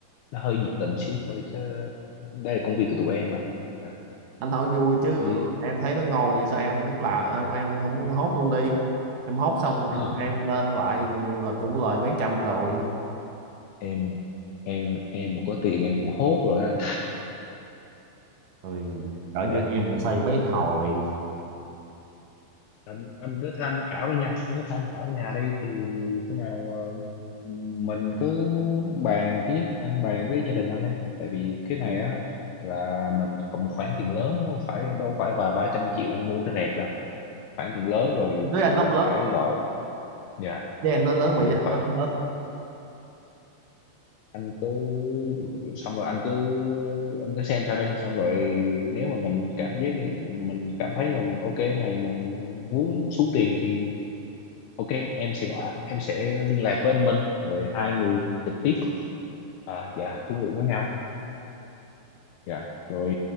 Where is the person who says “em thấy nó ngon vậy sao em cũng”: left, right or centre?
Right